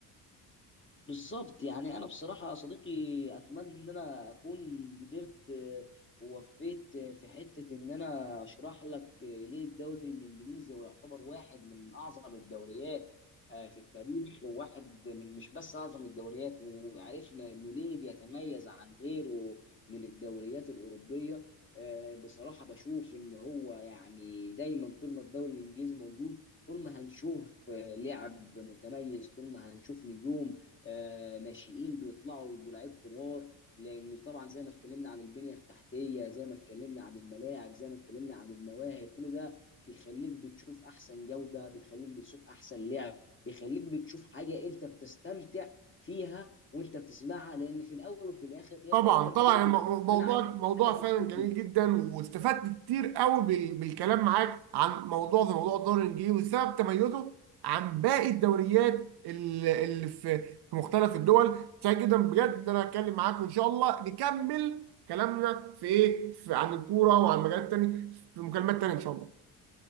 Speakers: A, on the left; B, on the right.
A: بالظبط يعني انا بصراحه يا صديقي اتمنى ان انا اكون قدرت آه، ووفيت آه، في حته ان انا اشرح لك آه، ليه الدوري الانجليزي هو يعتبر واحد من اعظم الدوريات آه، في التاريخ وواحد من مش بس اعظم الدوريات وعرفنا انه ليه بيتميز عن غيره من الدوريات الاوروبيه آه، بصراحه بشوف ان هو يعني دايما طول ما الدوري الانجليزي موجود طول ما هنشوف آه، لعب متميز طول ما هنشوف نجوم آه، ناشئين بيطلعوا يبقوا لعيب كبار لان طبعا زي ما اتكلمنا عن البنيه التحتيه زي ما اتكلمنا عن الملاعب زي ما اتكلمنا عن المواهب كل ده بيخليك بتشوف احسن جوده بيخليك بتشوف احسن لعب بيخليك بتشوف حاجه انت بتستمتع فيها وانت بتسمعها لان في الاول وفي الاخر هي
B: طبعا
A: الكره ترفيه
B: طبعا الم-
A: فانا
B: موضوع
A: عايز
B: موضوع
A: أشوف حاجه
B: فعلا
A: في التكنيك
B: جميل جدا واستفدت كتير قوي بال- بالكلام معاك عن موضوع زي موضوع الدوري الانجليزي وسبب تميزه عن باقي الدوريات ال- اللي في في مختلف الدول سعيد جدا بجد ان انا اتكلم معاك وان شاء الله نكمل كلامنا في ايه في عن الكوره وعن مجالات تانية في مكالمات تانية ان شاء الله